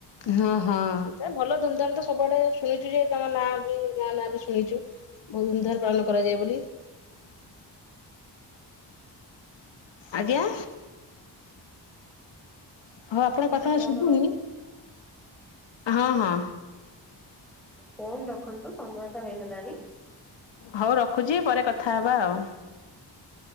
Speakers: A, on the left (about 80°); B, in the centre.
A: ହଁ ହଁ ଭଲ ଧୁମଧାମ ତ ସବୁଆଡେ ଶୁଣିଚି ଯେ ତମ ନାଁ ବି ଗାଁ ନାଁ ବି ଶୁଣିଛୁ। ବହୁ ଧୂମଧାମରେ ପାଳନ କରାଯ ଯାଏ ବୋଲି। ଆଜ୍ଞା। ହଁ ଆପଣଙ୍କ କଥା
B: ଫୋନ
A: ଶୁଭୁନି,
B: ରଖ
A: ହଁ ହଁ।
B: ଫୋନ ରଖନ୍ତୁ ସମୟ ତ ହେଇଗଲାଣି।
A: ହଉ ରଖୁଛି ପରେ କଥା ହବା ଆଉ।